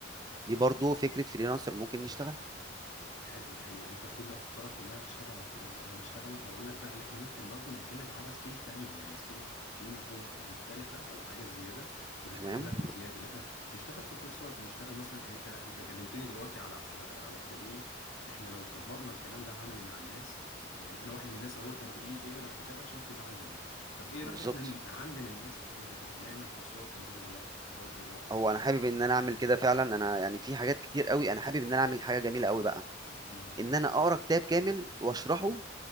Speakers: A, on the right (about 20°); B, on the left (about 80°).
A: دي برضو فكره فريلانسر ممكن نشتغل
B: حلو حلو انت كل افكارك كلها بتشتغل على الفريلانس انا بشتغل بقول لك بقى اللي احنا ممكن برضو نعتمد على سكيل تانية يعني سكيل تكون أوف- مختلفة او حاجة زيادة تدخلنا
A: تمام
B: دخل زيادة اللي احنا نشتغل في كورسات نشتغل مثلا يعني انت انت كلمتني دلوقتي على على على كتابين احنا لو طبقنا الكلام ده عملي مع الناس يعني انا واحد من الناس اهو انت بتقول لي اقرا الكتاب عشان تتعلم طب ايه رأيك
A: بالظبط
B: احنا نعلم الناس الحاجة زي كده نعمل كورسات تنظيم الوقت إدارة الوقت
A: هو انا حابب ان انا اعمل كده فعلا انا يعني في حاجات كتير قوي انا حابب ان انا اعمل حاجه جميله قوي بقى
B: امم
A: ان انا اقرا كتاب كامل واشرحه